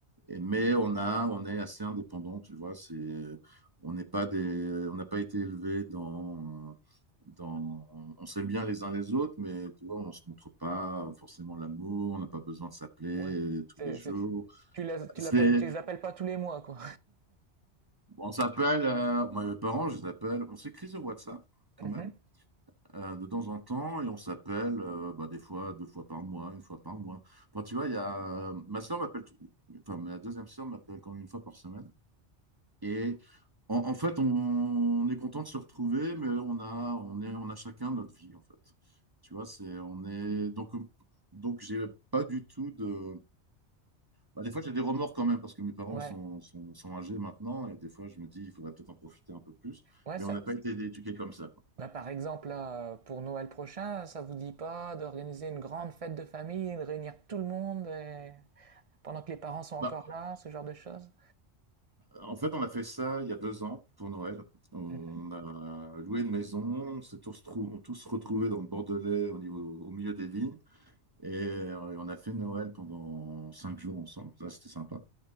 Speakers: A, on the right (about 20°); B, on the right (about 45°).
A: Et- mais on a, on est assez indépendant, tu vois. C'est, on n'est pas des, on n'a pas été élevés dans, dans, on on s'aime bien les uns les autres, mais tu vois, on se montre pas forcément l'amour. On n'a pas besoin de s'appeler
B: Ouais.
A: euh, tous
B: C'est-
A: les jours.
B: c'est- Tu les, tu
A: C'est,
B: l'appelles- tu les appelles pas tous les mois quoi.
A: on s'appelle, euh, moi et mes parents, je les appelle. On s'écrit sur WhatsApp
B: <laughs>
A: quand
B: Mhm.
A: même euh, de temps en temps et on s'appelle euh, bah, des fois deux fois par mois, une fois par mois. Enfin, tu vois, il y a, ma soeur m'appelle, tout- enfin ma deuxième soeur m'appelle quand même une fois par semaine. Et en, en fait, on, on est content de se retrouver, mais on a, on est, on a chacun notre vie, en fait. Tu vois, c'est, on est, donc, donc j'ai pas du tout de. Bah, des fois, j'ai des remords quand même parce que mes parents
B: Ouais,
A: sont, sont, sont âgés maintenant et des fois, je me dis, il faudrait peut-être en profiter un peu plus.
B: ouais,
A: Mais
B: ça.
A: on n'a pas été éduqués comme ça. quoi.
B: Bah, par exemple, là, euh, pour Noël prochain, ça vous dit pas d'organiser une grande fête de famille, de réunir tout le monde et- pendant que les parents sont encore
A: Bah,
B: là, ce genre de choses?
A: en fait, on a fait ça il y a deux ans pour Noël. On
B: Mhm.
A: a loué une maison, on s'est tous, trou- tous retrouvés dans le Bordelais au niveau, au milieu des vignes. Et euh, on a fait Noël pendant cinq jours ensemble. Ça, c'était sympa.